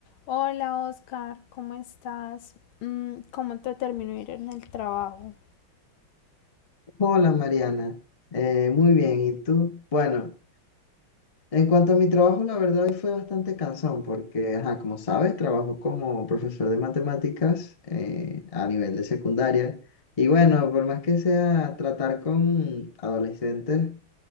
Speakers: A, on the left; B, on the left.
A: Hola Oscar, ¿cómo estás? Mm, ¿Cómo te terminó de ir en el trabajo?
B: Hola Mariana, Eh, muy bien, ¿y tú? Bueno, en cuanto a mi trabajo, la verdad hoy fue bastante cansón porque, ajá, como sabes, trabajo como profesor de matemáticas eh, a nivel de secundaria y bueno, por más que sea tratar con adolescentes,